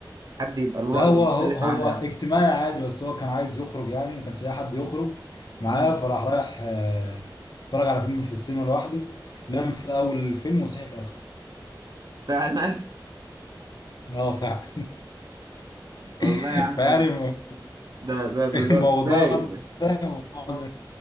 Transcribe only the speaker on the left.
لا
هو
هو هو
اجتماعي عادي بس هو كان عايز يخرج يعني ما كانش لاقي حد يخرج معاه
فراح رايح آه، اتفرج على فيلم في السينما لوحده نام في اول الفيلم وصحي في اخره
اه فعلا
<laughs>
فيعني
الموضوع
ده الموضوع ده